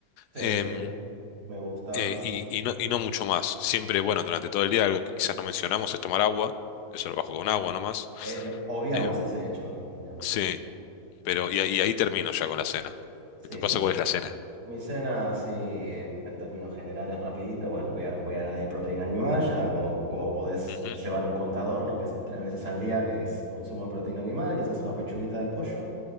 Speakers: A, on the right (about 75°); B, on the left (about 80°).
A: Sí,
B: em,
A: sí. Me gusta.
B: eh,
A: me-
B: y,
A: me-
B: y no, y no mucho más. Siempre, bueno, durante todo el día, algo que quizás no mencionamos es tomar agua. Eso lo bajo con agua nomás.
A: es lo- obviamos
B: Em,
A: ese hecho. Obviamos,
B: sí,
A: sí.
B: pero y, ahí y ahí termino ya con la cena.
A: Sí,
B: En tu caso,
A: bueno.
B: ¿cuál es la cena?
A: Mi cena, así en, en términos generales, rapidito, bueno, voy a, voy a añadir proteína animal, ya como, como podés
B: Ujú,
A: llevar un contador, ¿no? Que son tres veces al día, que es consumo de proteína animal, quizás una pechuguita de pollo.